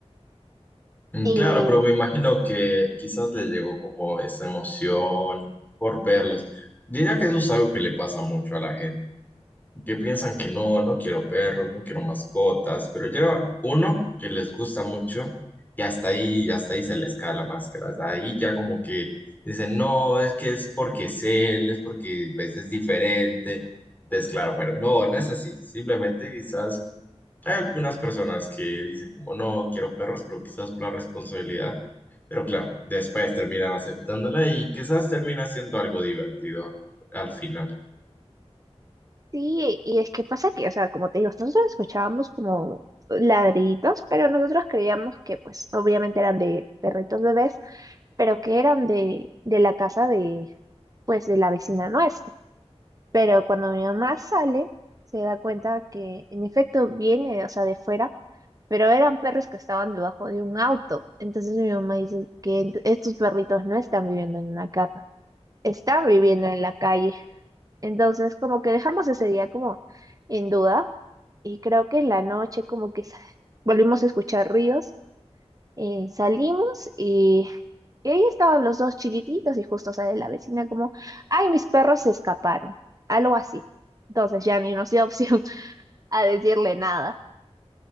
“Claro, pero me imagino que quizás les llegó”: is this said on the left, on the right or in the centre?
Left